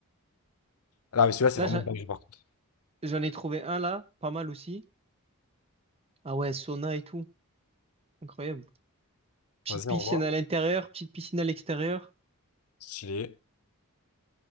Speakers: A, on the left (about 75°); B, on the right (about 25°).
A: Là, mais celui-là, c'est
B: Là,
A: vraiment
B: j'a-
A: de dingue, par contre.
B: j'en ai trouvé un là, pas mal aussi. Ah ouais, sauna et tout. Incroyable. Petite
A: Vas-y,
B: piscine
A: au revoir.
B: à l'intérieur, petite piscine à l'extérieur.
A: Stylé.